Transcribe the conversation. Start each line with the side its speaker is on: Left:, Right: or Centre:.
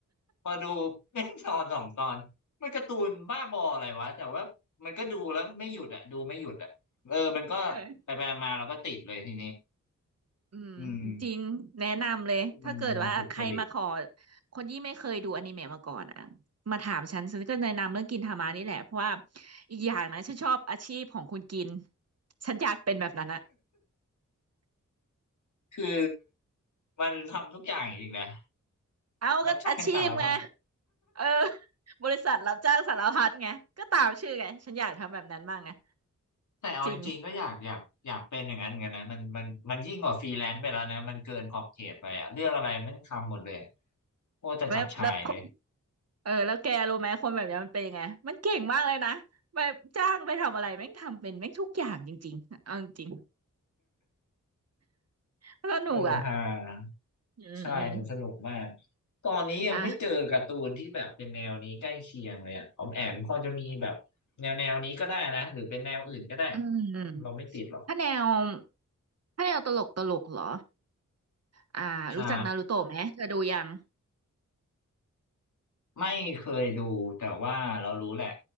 Left: พอดู <laughs> เป็นตอนสองตอนมันการ์ตูนบ้าบออะไรวะแต่ว่ามันก็ดูแล้วไม่หยุดอ่ะดูไม่หยุดอ่ะเออมันก็ไปๆมาๆเราก็ติดเลยทีนี้
Right: เออ อืม
Left: อืม
Right: จริงแนะนำเลยถ้าเกิดว่าใครมาขอ
Left: มันมันถูกจริต
Right: คนที่ไม่เคยดูอนิเมะมาก่อนอ่ะมาถามฉันฉันก็แนะนำเรื่องกินทามานี่แหละเพราะว่าอีกอย่างนะฉันชอบอาชีพของคุณกินฉันอยากเป็นแบบนั้นอะ
Left: คือมันทำทุกอย่างอีกนะ
Right: เอาก็อาชีพไง
Left: รับจ้างสารพัด
Right: เออบริษัทรับจ้างสารพัดไงก็ตามชื่อไงฉันอยากทำแบบนั้นบ้างนะ
Left: แต่เอาจริงๆก็อยากอยากอยากเป็นอย่างนั้นเหมือนกันนะมันมันมันยิ่งกว่าฟรีแลนซ์ไปแล้วนะมันเกินขอบเขตไปอะเรื่องอะไรมันทำหมดเลยอะ
Right: จริง <laughs>
Left: โคตรจะจับฉ่ายเลย
Right: แล้วแล้วเออแล้วแกรู้ไหมคนแบบนี้มันเป็นยังไงมันเก่งมากเลยนะไปจ้างไปทำอะไรแม่งทำเป็นแม่งทุกอย่างจริงๆเอาจริง สนุกอ่ะ
Left: เออฮา
Right: อืมอืม
Left: ใช่มันสนุกมากตอนนี้ยังไม่เจอการ์ตูนที่แบบเป็นแนวนี้ใกล้เคียงเลยอะออมแอมพอจะมีแบบแนวแนวนี้ก็ได้นะหรือเป็นแนวอื่นก็ได้
Right: อ่ะอืม
Left: เราไม่ติดหรอก
Right: ถ้าแนวถ้าแนวตลกตลกเหรอ อ่ารู้จักนารูโตะไหมเธอดูยัง
Left: ใช่ ไม่เคยดูแต่ว่าเรารู้แหละ